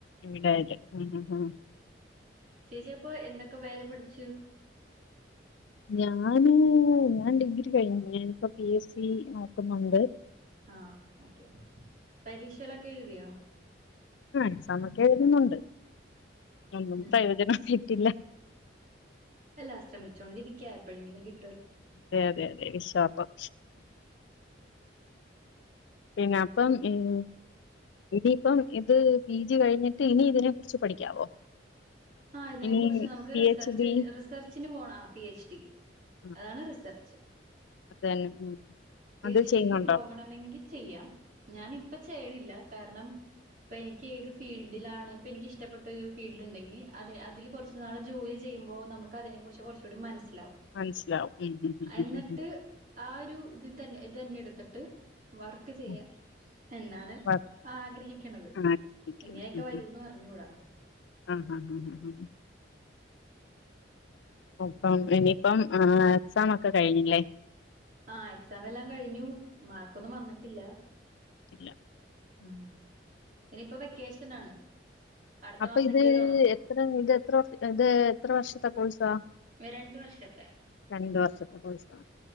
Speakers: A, on the left; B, on the right.
A: എവിടായാലും ആഹ് ആഹ് ആഹ്
B: ചേച്ചിപ്പോ എന്തൊക്കെ വേല പഠിച്ചു
A: ഞാന് ഞാൻ ഡിഗ്രി കഴിഞ്ഞു ഞാനിപ്പോ പി എസ് സി നോക്കുന്നുണ്ട്
B: ആ ഓക്കെ പരീക്ഷയിലൊക്കെ എഴുതിയോ
A: ആഹ് എക്സാമൊക്കെ എഴുതുന്നുണ്ട് ഒന്നും
B: ഉം
A: പ്രയോജനപ്പെട്ടില്ല
B: അല്ലാ ശ്രമിച്ചോണ്ടിരിക്കയ എപ്പോഴെങ്കിലും കി
A: അതെ അതെ അതെ വിശാപം പിന്നെ അപ്പം ഇനിയിപ്പം ഇത് പി ജി കഴിഞ്ഞിട്ട് ഇനി ഇതിനെ കുറിച്ച് പഠിക്കാവോ
B: ആ ഇതിനെ
A: ഇനി
B: കുറിച്ച് നമുക്ക്
A: പി
B: റിസർച്ച്
A: എച്ച് ഡി
B: റിസർച്ചിന് പോണ പി എച്ച് ഡി
A: ആ
B: അതാണ് റിസർച്ച്
A: അത് തന്നെ ഉം
B: പി
A: അത്
B: എച്
A: ചെയ്യുന്നുണ്ടോ
B: ഡി ക്ക് പോകണമെങ്കിൽ ചെയ്യാം ഞാൻ ഇപ്പ ചെയ്യണില്ല കാരണം ഇപ്പൊ എനിക്ക് ഏത് ഫീൽഡിലാണ് ഇപ്പൊ എനിക്ക് ഇഷ്ടപ്പെട്ട ഒരു ഫീൽഡ് ഉണ്ടെങ്കിൽ അതെ അതില് കുറച്ചുനാള് ജോലി ചെയുമ്പോ നമുക്ക് അതിനെ കുറിച്ച് കുറച്ചുകൂടി മനസ്സ്
A: മനസ്സിലാവും ഉം ഉം ഉം
B: എന്നിട്ട്
A: ഉം ഉം
B: ആ ഒരു ഇത് തന്നെ ഇത് തന്നെ എടുത്തിട്ട് വർക്ക് ചെയ്യാം
A: ഉം.
B: എന്നാണ്
A: വ-
B: ആഗ്രഹിക്കണത്
A: ആ ഇരിക്കുന്നു.
B: എങ്ങനെയൊക്കെ
A: ഉം,
B: വരൂന്ന്
A: ഉം.
B: പറഞ്ഞൂടാ
A: ആ ഹാ ഹ ഹ അപ്പം ഇനിയിപ്പം എക്സാം ഒക്കെ കഴിഞ്ഞില്ലേ
B: ആ എക്സാം എല്ലാം കഴിഞ്ഞു മാർക്കൊന്നും വന്നിട്ടില്ല
A: ല്ല
B: ഉം ഇനിയിപ്പോ വെക്കേഷൻ ആണ് അടുത്ത
A: അപ്പൊ
B: മാസൊക്കെ
A: ഇത്
B: തുടങ്ങുള്ളൂ
A: എത്ര ഇത് എത്ര ഇത് എത്ര വർഷത്തെ കോഴ്സാ
B: രണ്ട് വർഷത്തെ
A: രണ്ട് വർഷത്തെ കോഴ്സാ